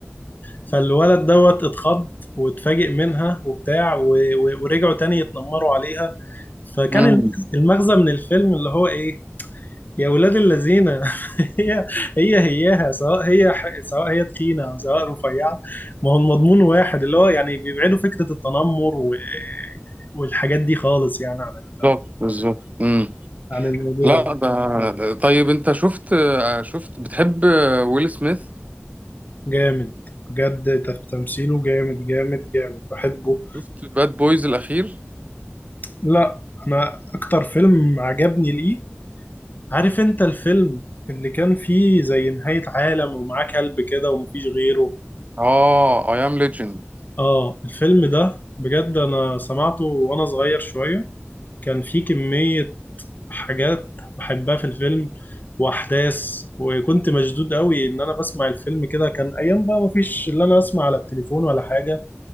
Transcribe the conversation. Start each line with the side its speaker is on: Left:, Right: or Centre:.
Left: فالولد دوت اتخض واتفاجئ منها وبتاع و... و... ورجعوا تاني يتنمروا عليها فكان
Right: مم.
Left: المغز- المغزى من الفيلم اللي هو ايه يا ولاد الذين <laughs> هي هي هياها سواء هي ح... سواء هي تخينه او سواء رفيعه ما هو المضمون واحد اللي هو يعني بيبعدوا فكره التنمر و... والحاجات دي خالص يعني عن ال...
Right: بالظبط بالظبط مم.
Left: عن الموضوع
Right: لا ده طيب انت شفت شفت بتحب ويل سميث
Left: جامد بجد تف- تمثيله جامد جامد جامد بحبه
Right: شفت باد بويز الأخير
Left: لا انا اكتر فيلم عجبني ليه عارف انت الفيلم اللي كان فيه زي نهاية عالم ومعاه كلب كده ومفيش غيره
Right: اه اي ام ليجند
Left: اه الفيلم ده بجد انا سمعته وانا صغير شوية كان فيه كمية حاجات بحبها في الفيلم واحداث وكنت مشدود قوي ان انا بسمع الفيلم كده كان ايام بقى مفيش اللي انا اسمع على التليفون ولا حاجة